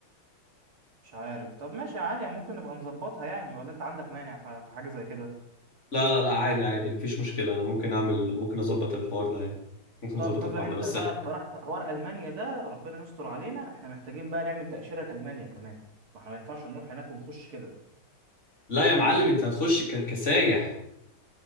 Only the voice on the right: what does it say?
مش عارف طب ماشي عادي يعني ممكن نبقى نظبطها يعني ولا انت عندك مانع في في حاجة زي كده
طب
بما
انت
بقى اقترحت حوار المانيا ده ربنا يستر علينا احنا محتاجين بقى نعمل تاشيره لالمانيا كمان ما احنا ما ينفعش نروح هناك ونخش كده